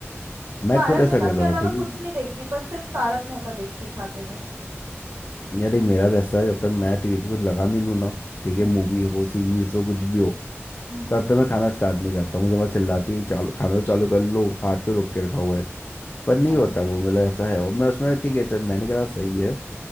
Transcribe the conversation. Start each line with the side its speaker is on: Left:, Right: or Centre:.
Left: मैं
Right: तारक
Left: खुद ऐसा
Right: मेहता
Left: कर
Right: के
Left: रहा
Right: अलावा
Left: हूँ ठीक
Right: कुछ
Left: है
Right: नहीं देखती पर सिर्फ तारक मेहता देखती खाते टाइम
Left: यार देख मेरा भी ऐसा है जब तक मैं टीवी पे कुछ लगा नहीं लूँ ना ठीक
Right: हम्म
Left: है मूवी हो सीरीज हो कुछ भी हो
Right: हम्म हम्म,
Left: तब तक मैं खाना स्टार्ट नहीं करता मुझे बस चिल्लाती है चालू खाना तो चालू कर लो हाथ क्यों रोक के रखा हुआ है पर नहीं
Right: हाँ
Left: होता वो मतलब ऐसा है और मैं उसमें ठीक है चल मैंने कहा सही है